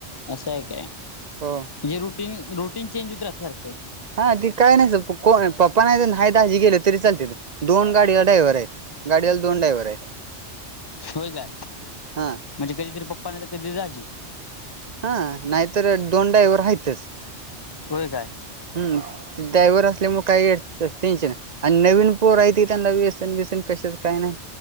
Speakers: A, on the left; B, on the right.
A: असंय काय?
B: हो
A: जे रुटीन-रू टिन चेंज होत राहत, सारखं.
B: हां, ती काय नही, स प को पप्पा नाही त, नाय दाजी गेले तरी चालत्यात, दोन गाडीला ड्रायवरयत. गाडीला, दोन डायव्हर येत.
A: होय काय,
B: हा
A: म्हणजे कधीतरी पप्पा नाय, तर कधी दाजी?
B: हां, नाहीतर दोन ड्रायवर हायतंच.
A: होय काय?
B: हम्, ते ड्रायव्हर असल्यामुळ, काय टेन्शन आणि नवीन पोरं हाय, ती त्यांना व्यसन-बिसन कशाच काही-नाही,